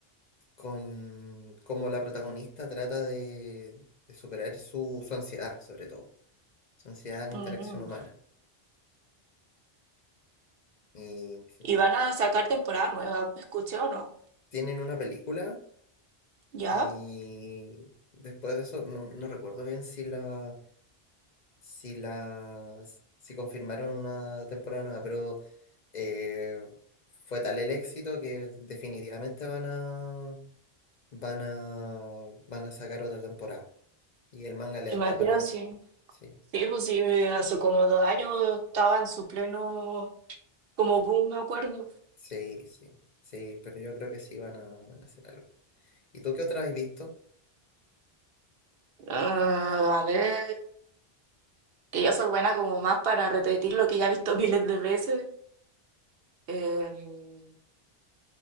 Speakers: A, on the left (about 45°); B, on the right (about 70°).
A: con cómo la protagonista trata de, de superar su, su ansiedad, sobre todo, su ansiedad a la
B: Mm.
A: interacción humana. Y sí,
B: Y van a sacar temporada nueva, escuché o no.
A: tienen una película
B: Ya,
A: Y después de eso, no, no recuerdo bien si la, si la, si confirmaron una temporada nueva, pero eh, fue tal el éxito que definitivamente van a, van a, van a sacar otra temporada. Y el manga les
B: imagino
A: da para eso.
B: sí.
A: Sí,
B: Sí, pues sí, hace como dos años estaba en su pleno, como boom, me acuerdo.
A: sí, sí, sí, pero yo creo que sí van a, van a hacer algo. ¿Y tú qué otra has visto?
B: Ah, a ver, que yo soy buena como más para repetir lo que ya he visto <laughs> miles de veces. Eh,